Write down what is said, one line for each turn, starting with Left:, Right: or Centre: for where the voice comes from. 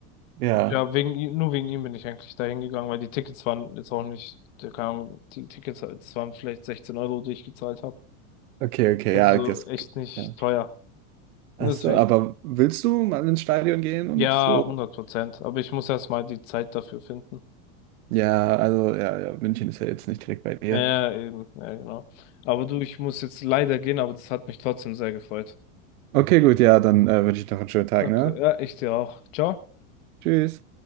Right: ja,
Left: Ja, wegen, ihm- nur wegen ihm bin ich eigentlich da hingegangen, weil die Tickets waren jetzt auch nicht, keine Ahnung, die Tickets, das waren vielleicht 16 Euro, die ich gezahlt habe.
Right: okay, okay,
Left: Also
Right: ja,
Left: so
Right: das,
Left: echt nicht
Right: ja.
Left: teuer. Und
Right: Achso,
Left: deswegen,
Right: aber willst du mal ins Stadion gehen und
Left: ja,
Right: so?
Left: 100 Prozent. Aber ich muss erst mal die Zeit dafür finden.
Right: Ja, also ja, ja, München ist ja jetzt nicht direkt bei dir.
Left: Ja, ja, eben, ja, genau. Aber du, ich muss jetzt leider gehen, aber das hat mich trotzdem sehr gefreut.
Right: Okay, gut, ja, dann äh, wünsche ich noch einen schönen Tag,
Left: Okay,
Right: ne?
Left: ja, ich dir auch. Ciao.
Right: Tschüss.